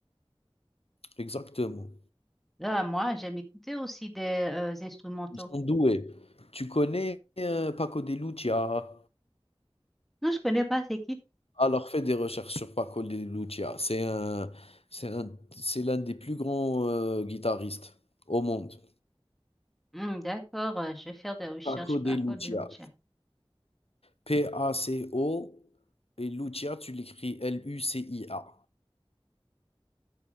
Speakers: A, on the left; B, in the centre.
A: exactement.
B: Là, moi, j'aime écouter aussi des euh, instrumentaux.
A: Ils sont doués. Tu connais, heu, Paco de Lucia
B: Non, je connais pas c'est qui.
A: Alors fais des recherches sur Paco de Lucia C'est un c'est un c'est l'un des plus grands, heu, guitaristes au monde.
B: Hmm, d'accord, euh, je vais faire des recherches.
A: Paco de
B: Paco
A: Lucia
B: de Lucia.
A: P-A-C-O et Lucia tu l'écris L-U-C-I-A.